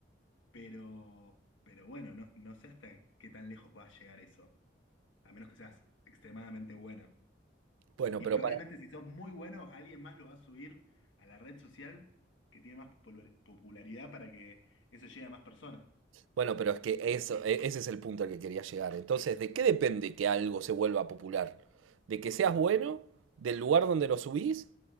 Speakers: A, on the left; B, on the right.
A: Pero, pero bueno, no, no sé hasta qué tan lejos va a llegar eso, a menos que seas extremadamente bueno.
B: Bueno,
A: Y
B: pero
A: probablemente
B: para
A: si sos muy bueno, alguien más lo va a subir a la red social que tiene más popul- popularidad para que eso llegue a más personas.
B: Bueno, pero es que eso, e- ese es el punto al que quería llegar. Entonces, ¿de qué depende que algo se vuelva popular? ¿De que seas bueno? ¿Del lugar donde lo subís?